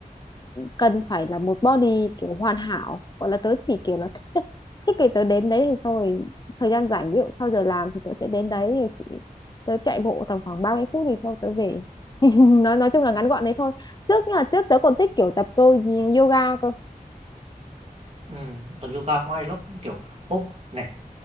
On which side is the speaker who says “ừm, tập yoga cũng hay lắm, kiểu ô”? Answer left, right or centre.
Right